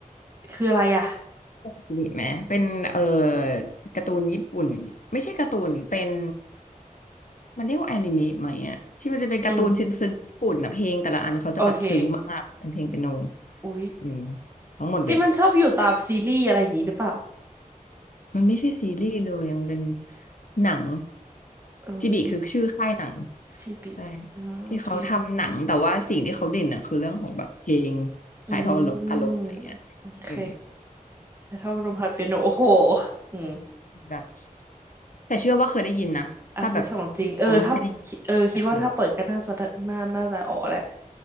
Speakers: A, on the right; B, on the left.
A: คืออะไรอ่ะ
B: จาจิไหมเป็นเอ่อการ์ตูนญี่ปุ่นไม่ใช่การ์ตูนเป็นมันเรียกว่าแอนิเมะไหมอะที่มันจะเป็นการ์ตูนซึ้งซึ้งญี่ปุ่นอะเพลงแต่ละอันเขาจะแบบซึ้งมากเป็นเพลงเปียโน
A: อืมโอเคอุ๊ย
B: อืมทั้งหมดเลย
A: ที่มันชอบอยู่ตามซีรีส์อะไรอย่างนี้หรือเปล่า
B: มันไม่ใช่ซีรีส์เลยมันเป็นหนัง
A: เอ้ย
B: จิบิคือชื่อค่ายหนัง
A: ชิบิอ๋อโอเค
B: ใช่ที่เขาทำหนังแต่ว่าสิ่งที่เขาเด่นอะคือเรื่องของแบบเพลง
A: อื
B: ถ่ายทอดอารมณ์อะไรเงี้ยเออ
A: มโอเคแต่ถ้าลมหัดเปียโนโอ้โหอืม
B: แบบ แต่เชื่อว่าเคยได้ยินนะถ้าแบบ
A: อันที่สองจริง เออถ้า
B: ทำให้ได้ยิน
A: เออคิดว่าถ้าเปิดก็น่าจะน่าน่าจะอ๋อแหละ
B: จะเคย